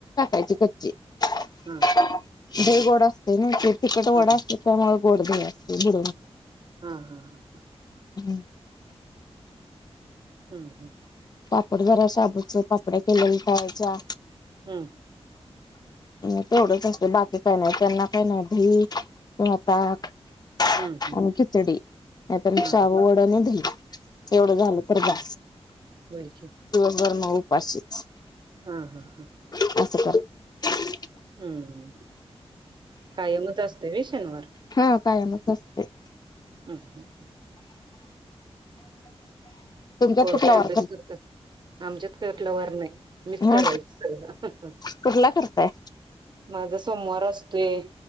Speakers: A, on the left (about 40°); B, on the right (about 45°).
A: ची कच्ची दही
B: हा
A: गोड असतंय ना, तिखट वडा
B: हा
A: असतंय त मग.. गोडदही असतंय बरोबर.
B: हा हा हा ह.
A: हम्
B: हम्म.
A: मग जरा शाबूच्या पापडया केल्या खायच्या.
B: हम्म.
A: अ तेवढंच असत बाकी काही नाही त्यांना काही नाही धई किंवा ताक.
B: हम्म हम्म
A: आणि खिचडी, नाय तर
B: हा
A: शाबू वड नी धई. तेवढं झालं तर जा.
B: व्हय कीं.
A: वरन उपाशीच.
B: हा हा हा.
A: <unintelligible>
B: हम्म कायमच असते व्हय शनवार.
A: हा. कायमच असते.
B: हम्म.
A: तुमच्यात
B: पोर
A: कुठला
B: काय अभ्यास
A: वार
B: करतात. आमच्यात कठला वार नाही मीच
A: हा
B: करायच सगळं.
A: कुठला करताय
B: माझा सोमवार असतोय